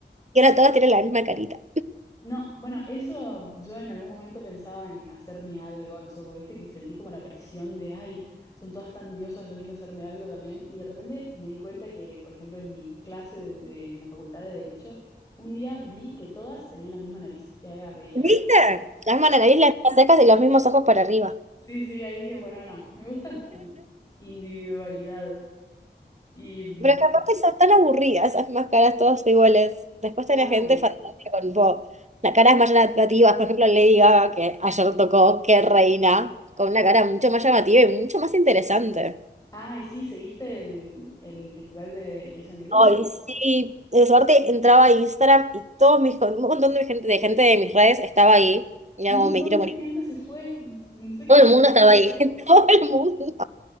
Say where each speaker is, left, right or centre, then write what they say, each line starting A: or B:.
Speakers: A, on the right; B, on the left.
A: Y ahora todas tienen la misma carita.
B: No, bueno, eso yo en algún momento pensaba en hacerme algo, no sé, porque viste que sentís como la presión de, ay, son todas tan diosas, yo quiero hacerme algo también. Y de repente me di cuenta que, por ejemplo, en mi clase de, de- en la facultad de Derecho, un día vi que todas tenían la misma nariz. Y ahí agarré y dije,
A: ¿Viste?
B: bueno.
A: Las nariz, las mismas cejas y los mismos ojos para arriba.
B: Sí, sí, ahí dije, bueno, no, me gusta mi individualidad. Y mm,
A: Pero es que aparte son tan aburridas esas máscaras todas iguales. Después
B: claro.
A: tenía gente fantástica con tipo, las caras más llamativas. Por ejemplo, Lady Gaga, que ayer tocó, que reina, con una cara mucho más llamativa y mucho más interesante.
B: Ah, y sí, ¿seguiste el, el festival de, que hizo en Río?
A: Ay, sí, de suerte entraba a Instagram y todos mis, con- un montón de gente, de gente de mis redes estaba ahí. Y
B: Un
A: era
B: montón
A: como, me quiero
B: de
A: morir.
B: gente se fue, no, s- no sé qué,
A: Todo
B: nos
A: el
B: pusieron
A: mundo estaba
B: de
A: ahí,
B: acuerdo.
A: <laughs> todo el mundo.